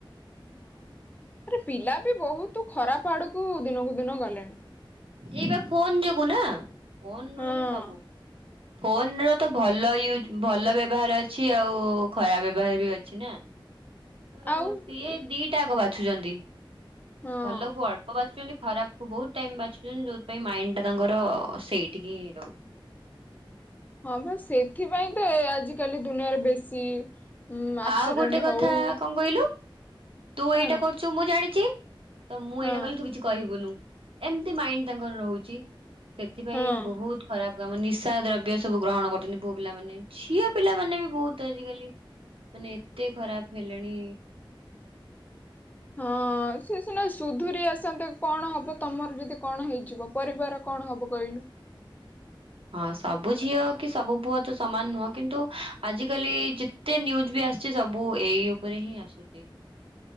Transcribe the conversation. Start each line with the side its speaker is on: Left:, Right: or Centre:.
Left: ହଁ ତା ପରେ ପିଲା ବି ବହୁତ ଖରାପ ଆଡକୁ ଦିନକୁ ଦିନ ଗଲେଣି।
Right: ଏଇପା ଫୋନ ଯୋଗୁ ନା ଫୋନ ରୁ
Left: ହଁ
Right: ହିଁ ସବୁ। ଫୋନ୍ ର ତ ଭଲ ୟୁଜ ଭଲ ବ୍ୟବହାର ଅଛି ଆଉ ଖରାପ ବ୍ୟବହାର ବି ଅଛି ନା ତ
Left: ଆଉ
Right: ସିଏ
Left: ଇ
Right: ଦି ଟାକ ବାଛୁଛନ୍ତି
Left: ହଁ
Right: ଭଲ କୁ ଅଳ୍ପ ବାଛୁଛନ୍ତି ଖରାପ ବହୁତ ଟାଇମ୍ ବାଛୁଛନ୍ତି ଯୋଉଥିପାଇଁ ମାଇଣ୍ଡ ଟା ତାଙ୍କର ସେଇଟିକି ରହୁଚି।
Left: ହଁ ପା ସେଥିପାଇଁ ତ ଏ ଆଜିକାଲି ଦୁନିଆରେ ବେଶୀ ଉଁ ଆକ୍ସିଡେଣ୍ଟ
Right: ଆଉ ଗୋଟେ କଥା
Left: ହଉ
Right: କଣ କହିଲୁ ତୁ
Left: କଣ
Right: ଏଇଟା କରୁଛୁ ମୁଁ ଜାଣିଚି ତ ମୁଁ
Left: ହଁ
Right: ଏଇଟା କଲେ ତୁ କିଛି କହିବୁନୁ ଏମତି ମାଇଣ୍ଡ ତାଙ୍କର ରହୁଛି ସେଥିପାଇଁ
Left: ହଁ।
Right: ବହୁତ ଖରାପ କାମ ନିଶା ଦ୍ରବ୍ୟ ସବୁ ଗ୍ରହଣ କରୁଛନ୍ତି ପୁଅ ପିଲା ମାନେ ଝିଅ ପିଲାମାନେ ବି ବହୁତ ଆଜିକାଲି ମାନେ ଏତେ ଖରାପ ହେଲେଣି।
Left: ହଁ। ହଁ ସେ ସିନା ସୁଧୁରୀ ଆସନ୍ତେ କଣ ହବ ତମର ଯଦି କଣ ହେଇଯିବ ପରିବାର କଣ ହବ କହିଲୁ?
Right: ହଁ ସବୁ ଝିଅ କି ସବୁ ପୁଅ ତ ସମାନ ନୁହଁ କିନ୍ତୁ ଆଜିିକାଲି ଯେ ଯେତେ ନ୍ୟୁଜ୍ ବି ଆସିଛି ସବୁ ଏଇ ଉପରେ ହିଁ ଆସୁଚି।